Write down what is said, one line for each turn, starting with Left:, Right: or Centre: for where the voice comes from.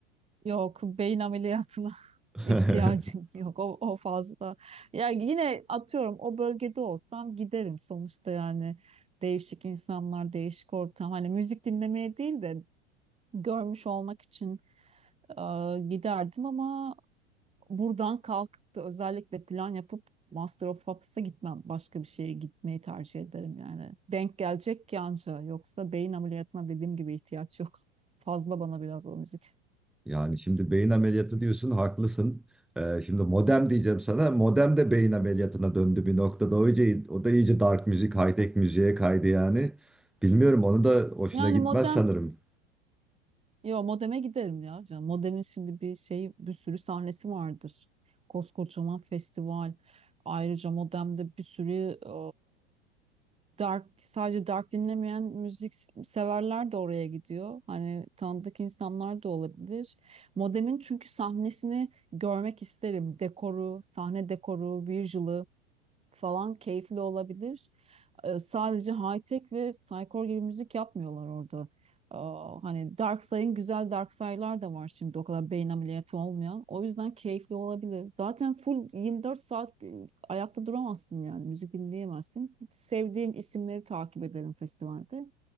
Right: Yok beyin ameliyatına <laughs>
Centre: <laughs>
Right: ihtiyacım yok o, o fazla. Yani yine atıyorum o bölgede olsam giderim sonuçta yani değişik insanlar değişik ortam hani müzik dinlemeye değil de görmüş olmak için e, giderdim ama buradan kalkıp da özellikle plan yapıp Master of Puppets'a gitmem. Başka bir şeye gitmeyi tercih ederim yani. Denk gelecek ki anca. Yoksa beyin ameliyatına dediğim gibi ihtiyaç yok. Fazla bana biraz o müzik.
Centre: Yani şimdi beyin ameliyatı diyorsun, haklısın. Ee, şimdi modem diyeceğim sana. Modem de beyin ameliyatına döndü bir noktada. O, iyice, o da iyice dark müzik, high tech müziğe kaydı yani. Bilmiyorum onu da hoşuna
Right: Yani
Centre: gitmez
Right: modern
Centre: sanırım.
Right: Yo modeme giderim ya. canım. Modemin şimdi bir şey bir sürü sahnesi vardır. Koskocaman festival. Ayrıca modemde bir sürü e, dark sadece dark dinlemeyen müzik severler de oraya gidiyor. Hani tanıdık insanlar da olabilir. Modemin çünkü sahnesini görmek isterim. Dekoru, sahne dekoru, visual'ı falan keyifli olabilir e, sadece high-tech ve psycore gibi müzik yapmıyorlar orada. Aa, hani Darksay'ın güzel Darksay'lar da var şimdi o kadar beyin ameliyatı olmayan. O yüzden keyifli olabilir. Zaten full 24 saat e, ayakta duramazsın yani müzik dinleyemezsin. Sevdiğim isimleri takip ederim festivalde.